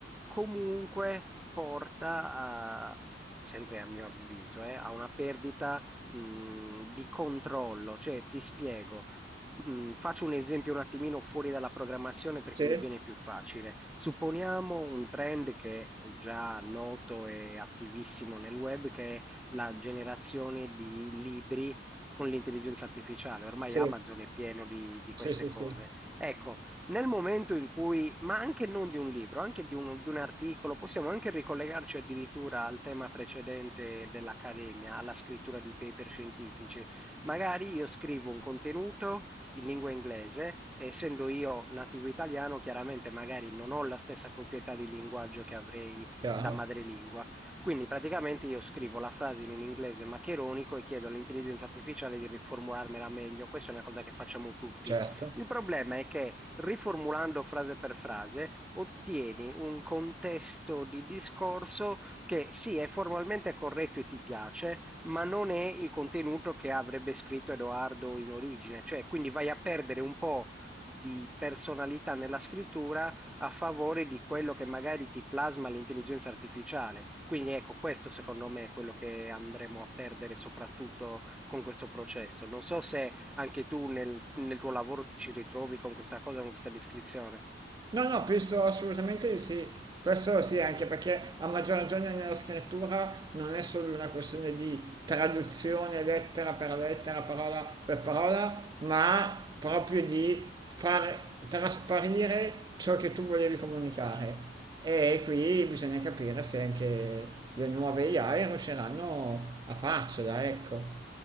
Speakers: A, in the centre; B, on the right.
A: comunque porta a, sempre a mio avviso, eh, a una perdita, mh, di controllo. Cioè, ti spiego. Mm, faccio un esempio un attimino fuori dalla programmazione perché
B: Sì,
A: mi viene più facile. Supponiamo un trend che è già noto e attivissimo nel web, che è la generazione di libri con l'intelligenza artificiale. Ormai
B: sì,
A: Amazon è pieno di, di
B: sì,
A: queste
B: sì,
A: cose.
B: sì,
A: Ecco, nel momento in cui, ma anche non di un libro, anche di un, di un articolo, possiamo anche ricollegarci addirittura al tema precedente dell'accademia, alla scrittura di paper scientifici. Magari io scrivo un contenuto in lingua inglese, e essendo io nativo italiano, chiaramente magari non ho la stessa proprietà di linguaggio che avrei
B: chiaro,
A: da madrelingua. Quindi praticamente io scrivo la frase in un inglese maccheronico e chiedo all'intelligenza artificiale di riformularmela meglio. Questa è una cosa che facciamo tutti.
B: certo.
A: Il problema è che riformulando frase per frase ottieni un contesto di discorso che sì, è formalmente corretto e ti piace, ma non è il contenuto che avrebbe scritto Edoardo in origine, cioè quindi vai a perdere un po' di personalità nella scrittura a favore di quello che magari ti plasma l'intelligenza artificiale. Quindi ecco, questo secondo me è quello che andremo a perdere soprattutto con questo processo. Non so se anche tu nel, nel tuo lavoro ti ci ritrovi con questa cosa, con questa descrizione.
B: No, no, penso assolutamente di sì. Questo sì, anche perché a maggior ragione nella scrittura non è solo una questione di traduzione lettera per lettera, parola per parola, ma proprio di far trasparire ciò che tu volevi comunicare. E qui bisogna capire se anche le nuove AI riusciranno a farcela, ecco.